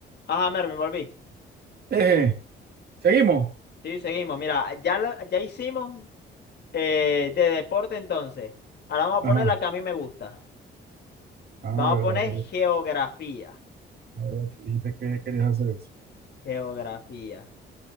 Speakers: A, on the left; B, on the right.
A: Ajá, Mervin, volví.
B: Eh, seguimos.
A: Sí, seguimos. Mira, ya, lo- ya hicimos eh, de deporte entonces. Ahora vamos a
B: Ajá.
A: poner la que a mí me gusta.
B: Ah,
A: Vamos
B: verdad
A: a poner
B: que,
A: geografía.
B: ah, verdad que dijiste que querías hacer eso.
A: Geografía.